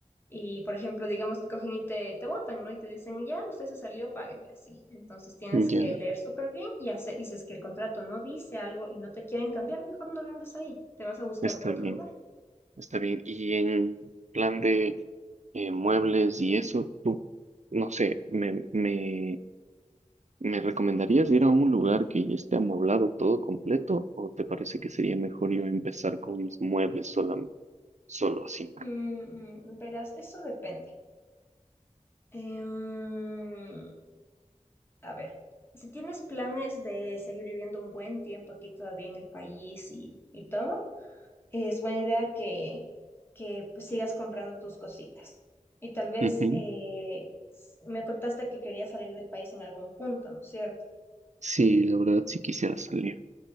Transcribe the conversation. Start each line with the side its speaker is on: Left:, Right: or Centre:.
Left: Y, por ejemplo, digamos que cogen y te, te botan, ¿no? Y te dicen, ya, usted se salió, págueme así. Entonces tienes
Right: ya.
Left: que leer súper bien y hacer, y si es que el contrato no dice algo y no te quieren cambiar, mejor no rindes ahí, te vas a buscar
Right: Está
Left: otro
Right: bien,
Left: lugar.
Right: está bien. Y en plan de eh, muebles y eso, tú, no sé, me, me, ¿me recomendarías ir a un lugar que ya esté amoblado todo completo? ¿O te parece que sería mejor yo empezar con mis muebles solamente, solo así?
Left: Mm, mm, verás, eso depende. Em, A ver, si tienes planes de seguir viviendo un buen tiempo aquí todavía en el país y, y todo, es buena idea que, que pues, sigas comprando tus cositas. Y tal vez
Right: Ujú.
Left: eh, s- me contaste que querías salir del país en algún punto, ¿no es cierto?
Right: Sí, la verdad sí quisiera salir.